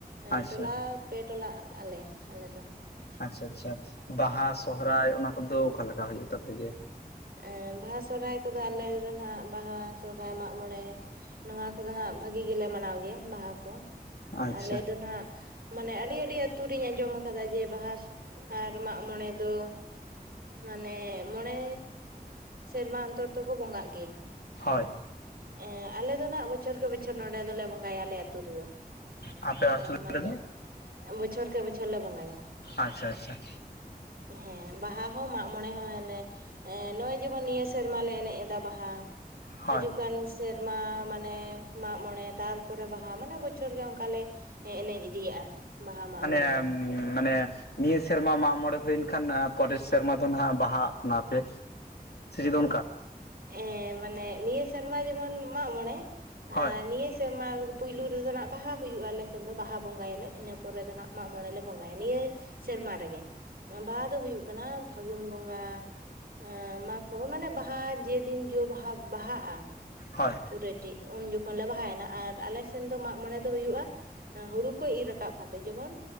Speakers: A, on the right (about 70°); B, on the left (about 85°).
A: ᱮᱸ
B: ᱟᱪᱪᱷᱟ
A: ᱴᱚᱞᱟ ᱯᱮ ᱴᱚᱞᱟᱜ ᱟᱞᱮ ᱟᱞᱮ ᱫᱚ᱾
B: ᱟᱪᱪᱷᱟ ᱟᱪᱪᱷᱟ᱾ ᱵᱟᱦᱟ ᱥᱚᱦᱚᱨᱟᱭ ᱚᱱᱟ ᱠᱚᱫᱚ ᱚᱠᱟᱞᱮᱠᱟ ᱦᱩᱭᱩᱜ ᱛᱟᱯᱮ ᱜᱮᱭᱟ?
A: ᱮᱸ ᱵᱟᱦᱟ ᱥᱚᱨᱦᱟᱭ ᱠᱚᱫᱚ ᱟᱞᱮ ᱫᱚ ᱱᱟᱦᱟᱜ ᱵᱟᱦᱟ, ᱥᱚᱨᱦᱟᱭ, ᱢᱟᱜ ᱢᱚᱬᱮ᱾ ᱱᱚᱣᱟ ᱠᱚᱫᱚ ᱦᱟᱸᱜ ᱵᱷᱟᱹᱜᱤ ᱜᱮᱞᱮ ᱢᱟᱱᱟᱣ ᱜᱮᱭᱟ ᱵᱟᱦᱟ ᱠᱚ
B: ᱟᱪᱪᱷᱟ
A: ᱟᱞᱮ ᱫᱚ ᱱᱟᱦᱟᱜ ᱢᱟᱱᱮ ᱟᱹᱰᱤ ᱟᱹᱰᱤ ᱟ. ᱛᱩ ᱨᱤᱧ ᱟᱸᱡᱚᱢ ᱟᱠᱟᱫᱟ ᱡᱮ ᱵᱟᱦᱟ ᱟᱨ ᱢᱟᱜ ᱢᱚᱬᱮ ᱫᱚ ᱢᱟᱱᱮ ᱢᱚᱬᱮ ᱥᱮᱨᱢᱟ ᱚᱱᱛᱚᱨ ᱛᱚᱠᱚ ᱵᱚᱸᱜᱟᱜ ᱜᱮᱭᱟ᱾
B: ᱦᱳᱭ᱾
A: ᱮᱸ ᱟᱞᱮ ᱫᱚ ᱱᱟᱦᱜ ᱵᱚᱪᱷᱚᱨ ᱠᱮ ᱵᱚᱪᱷᱚᱨ ᱱᱚᱸᱰᱮ ᱫᱚᱞᱮ ᱵᱚᱸᱜᱟᱭᱟ ᱟᱞᱮ ᱟᱹᱛᱩ ᱨᱮᱫᱚ᱾
B: ᱟᱯᱮ ᱟᱹᱛᱩ
A: ᱚ ᱢᱟᱱᱮ
B: ᱨᱮᱫᱚ
A: ᱵᱚᱪᱷᱚᱨ ᱠᱮ ᱵᱚᱪᱷᱚᱨ ᱞᱮ ᱵᱚᱸᱜᱟᱭᱟ᱾
B: ᱟᱪᱪᱷᱟ ᱟᱪᱪᱷᱟ᱾
A: ᱦᱮᱸ ᱵᱟᱦᱟ ᱦᱚᱸ ᱢᱟᱜ ᱢᱚᱬᱮ ᱦᱚᱸ ᱮᱱᱮ ᱮᱸ ᱱᱚᱜᱼᱚᱭ ᱡᱮᱢᱚᱱ ᱱᱤᱭᱟᱹ ᱥᱮᱨᱢᱟ ᱞᱮ ᱮᱱᱮᱡ ᱮᱫᱟ ᱵᱟᱦᱟ᱾
B: ᱦᱳᱭ
A: ᱦᱟᱡᱩᱜ ᱠᱟᱱ ᱥᱮᱨᱢᱟ ᱢᱟᱱᱮ ᱢᱟᱜ ᱢᱚᱬᱮ, ᱛᱟᱨᱯᱚᱨᱮ ᱵᱟᱦᱟ ᱢᱟᱱᱮ ᱵᱚᱪᱷᱚᱨ ᱜᱮ ᱚᱱᱠᱟ ᱞᱮ ᱮ ᱮᱱᱮᱡ ᱤᱫᱤᱭᱟᱜᱼᱟ᱾ ᱵᱟᱦᱟ ᱢᱟᱜ
B: ᱢᱟᱱᱮᱢ
A: ᱢᱚᱬᱮ ᱫᱚ
B: ᱢᱟᱱᱮ ᱱᱤᱭᱟᱹ ᱥᱮᱨᱢᱟ ᱢᱟᱜ ᱢᱚᱬᱮ ᱦᱩᱭᱮᱱ ᱠᱷᱟᱱ ᱮᱸ ᱯᱚᱨᱮᱨ ᱥᱮᱨᱢᱟ ᱫᱚ ᱱᱟᱦᱟᱜ ᱵᱟᱦᱟᱜᱟᱜ ᱠᱟᱱᱟ ᱯᱮ᱾ ᱥᱮᱪᱮᱫ ᱚᱱᱠᱟ
A: ᱮᱸ ᱢᱟᱱᱮ ᱱᱤᱭᱟᱹ ᱥᱮᱨᱢᱟ ᱡᱮᱢᱚᱱ ᱢᱟᱜ ᱢᱚᱬᱮ
B: ᱦᱳᱭ
A: ᱱᱤᱭᱟᱹ ᱥᱮᱨᱢᱟ ᱯᱩᱭᱞᱩ ᱨᱮᱫᱚ ᱱᱟᱜ ᱵᱟᱦᱟ ᱦᱩᱭᱩᱜᱼᱟ ᱟᱞᱮ ᱥᱮᱱ ᱫᱚ, ᱵᱟᱦᱟ ᱵᱚᱸᱜᱟᱭᱟᱞᱮ ᱤᱱᱟᱹ ᱯᱚᱨᱮ ᱫᱚ ᱱᱟᱜ ᱢᱟᱜ ᱢᱚᱬᱮ ᱞᱮ ᱵᱚᱸᱜᱟᱭᱟ ᱱᱤᱭᱟᱹ ᱥᱮᱨᱢᱟ ᱨᱮᱜᱮ ᱵᱟᱦᱟ ᱫᱚ ᱦᱩᱭᱩᱜ ᱠᱟᱱᱟ ᱯᱷᱟᱹᱜᱩᱱ ᱵᱚᱸᱜᱟ ᱮᱸᱻ ᱢᱟᱜ ᱯᱷᱟᱜᱩᱱ ᱢᱟᱱᱮ ᱵᱟᱦᱟ ᱡᱮᱫᱤᱱ ᱡᱚ ᱵᱟᱦᱟ ᱵᱟᱦᱟᱜᱼᱟ᱾
B: ᱦᱚᱭ
A: ᱯᱩᱨᱟᱹᱴᱤ ᱩᱱ ᱡᱚᱠᱷᱚᱱ ᱞᱮ ᱵᱟᱦᱟᱭᱮᱱᱟ, ᱟᱨ ᱟᱞᱮ ᱥᱮᱱ ᱫᱚ ᱢᱟᱜ ᱢᱚᱬᱮ ᱫᱚ ᱦᱩᱭᱩᱜᱼᱟ ᱦᱳᱲᱩ ᱠᱚ ᱤᱨ ᱨᱟᱠᱟᱵ ᱠᱟᱛᱮᱜ ᱡᱮᱢᱚᱱ